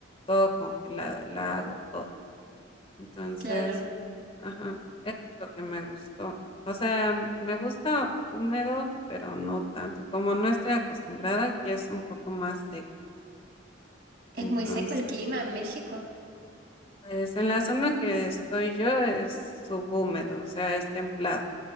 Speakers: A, on the left (about 30°); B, on the right (about 55°).
A: todo congelado, el lago, todo. Entonces,
B: Claro.
A: ajá, es lo que me gustó. O sea, me gusta húmedo, pero no tanto. Como no estoy acostumbrada, aquí es un poco más seco.
B: ¿Es
A: Entonces,
B: muy seco el clima en México?
A: pues en la zona que estoy yo es subhúmedo, o sea, es templado.